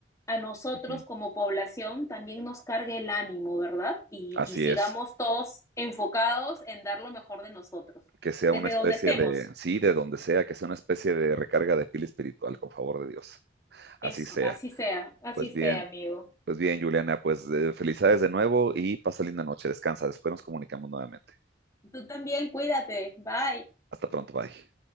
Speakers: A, on the left; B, on the right.
A: a nosotros
B: Ujú.
A: como población también nos cargue el ánimo, ¿verdad? Y,
B: Así
A: y sigamos
B: es.
A: todos enfocados en dar lo mejor de nosotros,
B: Que sea
A: desde
B: una especie
A: donde estemos.
B: de, sí, de donde sea, que sea una especie de recarga de pila espiritual, con favor de Dios.
A: Eso,
B: Así sea.
A: así sea, así
B: Pues
A: sea,
B: bien.
A: amigo.
B: Pues bien, Juliana, pues eh, felicidades de nuevo y pasa linda noche, descansa, después nos comunicamos nuevamente.
A: Tú también, cuídate. Bye.
B: Hasta pronto, bye.